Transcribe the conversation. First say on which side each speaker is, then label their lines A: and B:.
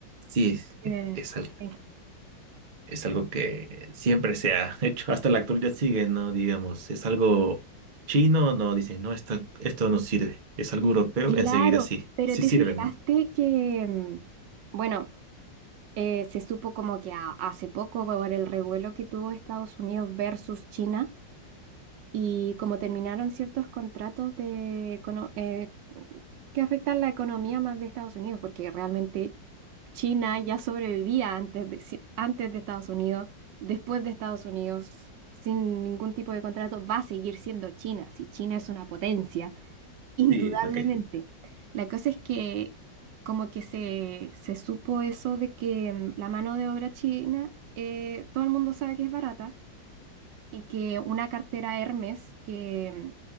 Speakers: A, on the right; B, on the right.
A: Sí,
B: Eh,
A: es, es al-
B: eh,
A: es algo que siempre se ha <laughs> hecho, hasta la actualidad sigue, ¿no? Digamos, es algo chino, no, dicen, no, esto, esto no sirve. Es algo europeo,
B: Claro,
A: enseguida sí,
B: pero
A: sí
B: te
A: sirve,
B: fijaste
A: ¿no?
B: que, mm, bueno, eh, se supo como que a- hace poco por el revuelo que tuvo Estados Unidos versus China, Y como terminaron ciertos contratos de, econo- eh, que afectan la economía más de Estados Unidos, porque realmente China ya sobrevivía antes de, si- antes de Estados Unidos, después de Estados Unidos, sin ningún tipo de contrato, va a seguir siendo China, si China es una potencia, <laughs> indudablemente.
A: Sí, lo que
B: La cosa es que como que se, se supo eso de que mm, la mano de obra china, eh, todo el mundo sabe que es barata y que una cartera Hermes que mm,